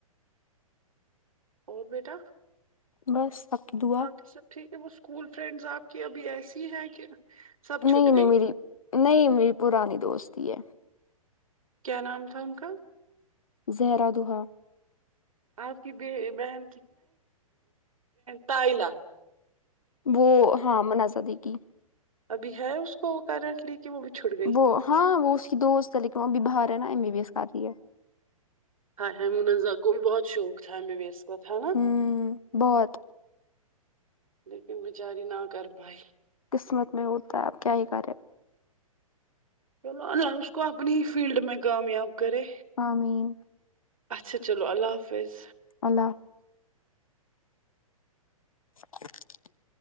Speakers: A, on the right; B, on the left.
A: اور بیٹا
B: بس آپ کی دوا
A: باقی سب ٹھیک ہے وہ اسکول فرینڈز آپ کی ابھی ایسی ہیں کہ سب
B: نہیں
A: چھٹ
B: نہیں
A: گئی
B: میری نہیں میری پرانی دوستی ہے
A: کیا نام تھا ان کا
B: زہرا دوحہ
A: آپ کی بہن تائلا
B: وہ ہاں منزہ دی کی
A: ابھی ہے اس کو کرنٹلی کہ وہ چھٹ گئی
B: وہ ہاں وہ اس کی دوست ہے لیکن وہ ابھی باہر ہے نا ایم بی بی ایس کر رہی ہے
A: ہ ہ منزہ کو بہت شوق تھا ایم بی بی ایس کا ہے نا
B: ہوں بہت
A: لیکن بچاری نہ کر پائی
B: قسمت میں ہوتا ہے اب کیا ہی کرے
A: چلو اللہ اس کو اپنی ہی فیلڈ میں کامیاب کرے
B: امین
A: اچھا چلو اللہ حافظ
B: اللہ <inaudible>